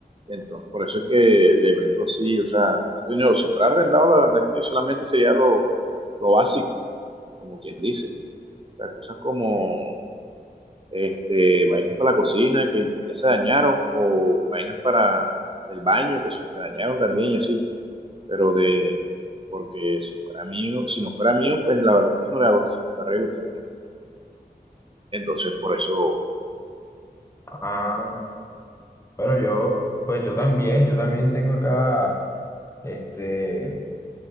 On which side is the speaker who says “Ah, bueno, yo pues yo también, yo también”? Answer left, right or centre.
Left